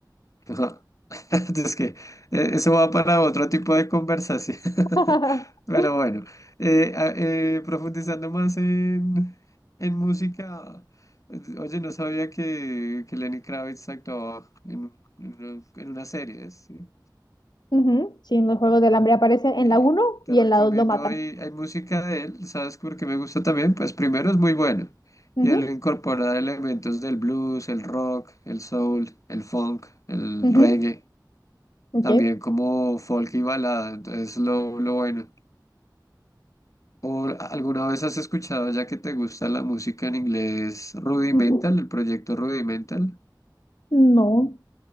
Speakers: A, on the left; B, on the left.
A: Ajá. <laughs> Es que eh, eso va para otro tipo de conversación. <laughs>
B: <laughs>
A: Pero bueno, eh, a- eh, profundizando más en, en música, eh, oye, no sabía que, que Lenny Kravitz actuaba en, en una, en una serie, ¿sí?
B: Ujú, Sí, en los Juegos del Hambre aparecen
A: Y
B: en la uno
A: te
B: y
A: recomiendo,
B: en la dos lo matan.
A: hay, hay música de él, ¿sabes por qué me gusta también? Pues primero es muy bueno.
B: Ujú,
A: Y él incorpora elementos del blues, el rock, el soul, el funk, el
B: ujú,
A: reggae,
B: Ok.
A: también como folk y balada, entonces lo, lo bueno. ¿O alguna vez has escuchado, ya que te gusta la música en inglés, Rudimental,
B: ujú.
A: el proyecto Rudimental?
B: No.